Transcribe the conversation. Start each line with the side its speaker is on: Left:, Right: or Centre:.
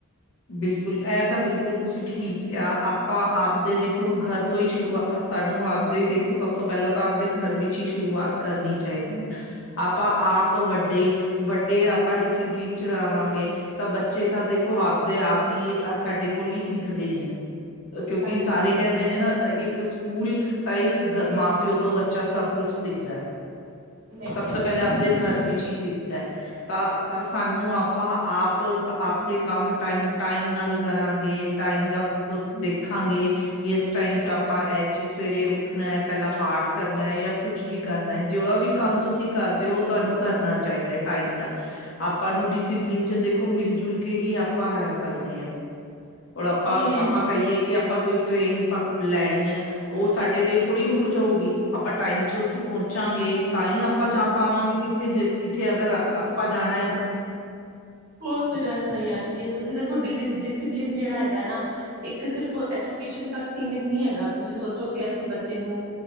Left: ਬਿਲਕੁਲ ਏ ਤਾਂ ਬਿਲਕੁਲ ਤੁਸੀ ਠੀਕ ਕੈਆ, ਆਪਾਂ ਆਪਦੇ ਦੇਖੋ ਘਰ ਤੋਂ ਹੀ ਸ਼ੁਰੂਆਤ ਸਾਨੂੰ ਆਪਦੇ ਦੇਖੋ ਸਭ ਤੋਂ ਪੈਲਾਂ ਤਾਂ ਆਪਦੇ ਘਰ ਵਿੱਚ ਈ ਸ਼ੁਰੂਆਤ ਕਰਨੀ ਚਾਈਦੀ ਐ। ਆਪਾਂ ਆਪ ਵੱਡੇ, ਵੱਡੇ ਆਪਾਂ ਡਿਸੀਪਲਿਨ ਚ ਰਵਾਂਗੇ ਤਾ ਬੱਚੇ ਤਾ ਦੇਖੋ ਆਪ ਦੇ ਆਪ ਹੀ ਆ ਸਾਡੇ ਕੋਲ ਹੀ ਸਿੱਖਦੇ ਨੇ ਕਿਉਂਕਿ
Right: ਹਾਂਜੀ
Left: ਸਾਰੇ
Right: ਹਾਂਜੀ
Left: ਕਹਿੰਦੇ ਨੇ ਨਾ ਇੱਕ ਇੱਕ ਸਕੂਲ ਤਾਂ ਇੱਕ ਮਾਂ ਪਿਓ ਤੋਂ ਬੱਚਾ ਸਭ ਕੁਛ ਸਿੱਖਦਾ
Right: ਨਹੀਂ
Left: ਸਭ
Right: ਨਹੀਂ
Left: ਤੋਂ ਪਹਿਲਾਂ
Right: ਹੈਗਾ
Left: ਆਪਦੇ ਘਰ ਵਿੱਚ ਹੀ ਸਿੱਖਦਾ ਤਾਂ ਤਾਂ ਸਾਨੂੰ ਆਪਾਂ ਆਪ ਆਪਦੇ ਕੰਮ ਟਾਈਮ, ਟਾਈਮ ਨਾਲ ਕਰਾਂਗੇ, ਟਾਈਮ ਦਾ ਦੇਖਾਂਗੇ ਕਿ ਇਸ ਟਾਈਮ ਚ ਆਪਾਂ ਇਹ ਚੀਜ਼ ਸਵੇਰੇ ਉੱਠਣਾ ਹੈ, ਪਹਿਲਾਂ ਪਾਠ ਕਰਨਾ ਐ ਯਾ ਕੁਛ ਵੀ ਕਰਨਾ ਹੈ ਜਿਹੜਾ ਵੀ ਕੰਮ ਤੁਸੀਂ ਕਰਦੇ ਹੋ ਤੁਹਾਨੂੰ ਕਰਨਾ ਚਾਹੀਦਾ ਟਾਈਮ ਨਾਲ ਆਪਾਂ ਨੂੰ ਡਿਸਿਪਲਿਨ ਚ ਦੇਖੋ ਮਿਲ ਜੁਲ ਕੇ ਹੀ ਆਪਾਂ ਰਹਿ ਸਕਦੇ ਹਾਂ ਹੁਨ ਆਪਾਂ
Right: ਨਹੀਂ
Left: ਆਪਾਂ ਕਹੀਏ ਕਿ ਆਪਾਂ ਕੋਈ ਟ੍ਰੇਨ ਪਕ ਲੈਣੀ ਐ ਉਹ ਸਾਡੇ ਲਈ ਥੋੜ੍ਹੀ ਰੁਕ ਜਾਊਗੀ, ਆਪਾਂ ਟਾਈਮ ਚ ਉੱਥੇ ਪਹੁੰਚਾਂਗੇ ਤਾਂ ਹੀ ਆਪਾਂ ਜਾ ਪਾਵਾਂਗੇ ਕਿ ਕਿੱਥੇ ਜੇ ਕਿੱਥੇ ਅਗਰ ਆਪਾਂ ਜਾਣਾ ਏ ਤਾਂ
Right: ਉਹ ਤਾਂ ਗੱਲ ਸਹੀ ਆਖੀ ਐ, ਤੁਸੀਂ ਦੇਖੋ ਡਿਪਨ ਡਿਸਿਪਲਿਨ ਜਿਹੜਾ ਹੈਗਾ ਨਾ ਇੱਕ ਸਿਰਫ ਐਜੂਕੇਸ਼ਨ ਤੱਕ ਸੀਮਿਤ ਨਹੀਂ ਹੈਗਾ ਤੁਸੀਂ ਸੋਚੋ ਕਿ ਅਸੀਂ ਬੱਚੇ ਨੂੰ